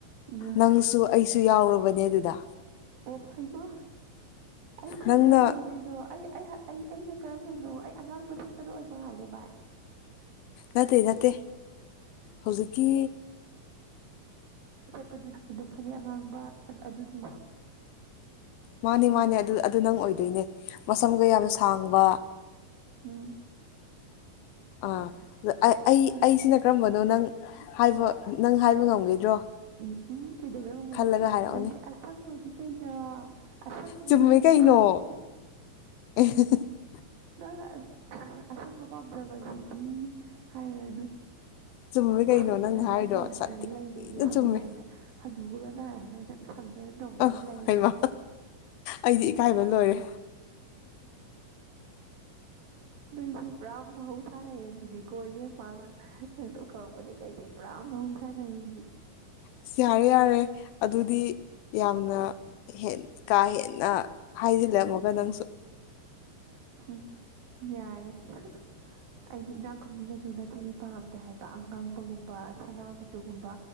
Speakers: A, on the right; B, on the left.
A: ꯑꯥ
B: ꯅꯪꯁꯨ ꯑꯩꯁꯨ ꯌꯥꯎꯔꯕꯅꯦ ꯑꯗꯨꯗ
A: ꯑꯣ ꯍꯩꯃꯥ ꯑꯩꯁꯤꯅ
B: ꯅꯪꯅ
A: ꯀꯔꯝꯕ ꯑꯣꯏ ꯀꯩꯅꯣ ꯑꯩꯑꯩ ꯑꯩꯅ ꯀꯔꯝꯕꯅꯣ ꯑꯩ ꯑꯉꯥꯡꯕ ꯁꯦꯠꯄꯗꯣ ꯑꯣꯏ ꯃꯥꯜꯂꯦ ꯚꯥꯏ
B: ꯅꯠꯇꯦ ꯅꯠꯇꯦ ꯍꯧꯖꯤꯛꯀꯤ
A: ꯆꯦꯠꯄꯗꯨꯅ ꯑꯗꯨ ꯐꯅꯦꯛ ꯑꯉꯥꯡꯕ ꯑꯥ ꯑꯗꯨꯗꯤ
B: ꯃꯥꯅꯦ ꯃꯥꯅꯦ ꯑꯗꯨ ꯑꯗꯨ ꯅꯪ ꯑꯣꯏꯗꯣꯏꯅꯦ ꯃꯁꯝꯒ ꯌꯥꯝ ꯁꯥꯡꯕ
A: ꯎꯝ
B: ꯑꯥ ꯑ ꯑꯩ
A: ꯑꯁ
B: ꯑꯩꯁꯤꯅ ꯀꯔꯝꯕꯅꯣ ꯅꯪ ꯍꯥꯏꯕ ꯅꯪ ꯍꯥꯏꯕ ꯉꯝꯒꯗ꯭ꯔꯣ
A: ꯎꯝ ꯎꯝ ꯀꯩꯗꯧꯕꯩ ꯉꯝꯃꯣꯏꯗꯣꯏꯕ
B: ꯈꯜꯂꯒ ꯍꯥꯏꯔꯛꯑꯣꯅꯦ
A: ꯅꯪꯗꯤ ꯑꯁꯪꯕꯅꯤ ꯀꯩꯅꯣ ꯑꯁꯪꯕꯤ
B: ꯆꯨꯝꯃꯦ
A: ꯅꯪꯗꯤ
B: ꯀꯩꯅꯣ
A: ꯑꯁꯪꯕꯤ
B: <unintelligible>
A: ꯅꯪꯅ ꯑꯁꯪꯕ ꯄꯥꯝꯖꯕꯁꯤꯗꯤ ꯍꯥꯏꯔꯅꯨ
B: ꯆꯨꯝꯃꯦ ꯀꯩꯅꯣ
A: ꯁꯪꯗꯅ
B: ꯅꯪꯅ ꯍꯥꯏꯔꯤꯗꯣ
A: ꯅꯧꯗꯅ
B: ꯁꯥꯊꯤꯅ
A: ꯂꯩꯔꯒ <unintelligible>
B: ꯆꯨꯝꯃꯦ
A: ꯃꯉꯥꯏ ꯅꯪ ꯍꯅꯨꯕꯒ ꯅꯥꯏꯔꯔꯣꯏ ꯅꯪ ꯁꯪꯗꯅ ꯅꯧꯗꯅ
B: ꯑ
A: ꯂꯩꯔꯅꯤ
B: ꯍꯩꯃ ꯑꯩꯗꯤ ꯏꯀꯥꯏꯕ ꯂꯣꯏꯔꯦ
A: ꯅꯪꯁꯤ ꯄ꯭ꯨꯔꯥ ꯃꯍꯧ ꯁꯥ ꯂꯩꯏꯔꯦꯝꯕꯤꯅꯤꯀꯣ ꯏꯕꯦꯝꯃ ꯅꯪ ꯇꯣꯛꯊꯣꯔꯛꯄꯗꯤ ꯀꯩꯗꯤ ꯄꯨꯔꯥ ꯃꯍꯧꯁꯥ ꯂꯥꯏꯔꯦꯝꯕꯤ
B: ꯑꯁ ꯌꯥꯔꯦ ꯌꯥꯔꯦ ꯑꯗꯨꯗꯤ ꯌꯥꯝꯅ ꯍꯦꯟ ꯀꯥ ꯍꯦꯟꯅ ꯍꯥꯏꯁꯤꯜꯂꯝꯃꯒ ꯅꯪꯁꯨ
A: ꯍꯨꯝ ꯌꯥꯔꯦ <unintelligible> ꯑꯩꯗꯤ ꯏꯅꯥꯛꯈꯨꯟꯕꯤ ꯃꯆꯨ ꯅꯠꯇ꯭ꯔꯗꯤ ꯄꯥꯝꯗꯦ ꯍꯥꯏꯕ ꯑꯉꯥꯡꯕꯒꯨꯝꯕ ꯁꯅꯥ ꯃꯆꯨꯒꯨꯝꯕ